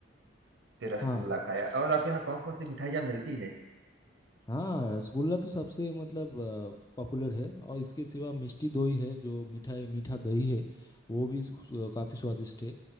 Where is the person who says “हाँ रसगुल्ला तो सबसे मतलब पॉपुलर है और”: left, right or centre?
Left